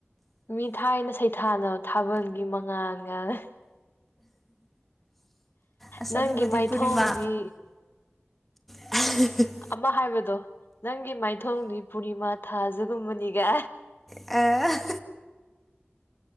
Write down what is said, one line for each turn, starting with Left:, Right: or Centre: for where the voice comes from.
Left: ꯃꯤ ꯊꯥꯏꯅ ꯁꯩꯊꯥꯅꯕꯅꯕ ꯊꯥꯕꯜꯒꯤ ꯃꯉꯥꯜꯒꯅꯦ
Centre: ꯑꯁ
Left: ꯅꯪꯒꯤ
Centre: ꯑꯗꯨꯕꯨꯗꯤ
Left: ꯃꯥꯏꯊꯣꯡꯗꯤ
Centre: ꯄꯨꯔꯅꯤꯃꯥ <unintelligible>
Left: ꯑꯃ ꯍꯥꯏꯕꯗꯣ ꯅꯪꯒꯤ ꯃꯥꯏꯊꯣꯡꯗꯤ ꯄꯨꯔꯅꯤꯃꯥ ꯊꯥꯖꯒꯨꯝꯕꯅꯤꯒ
Centre: ꯑ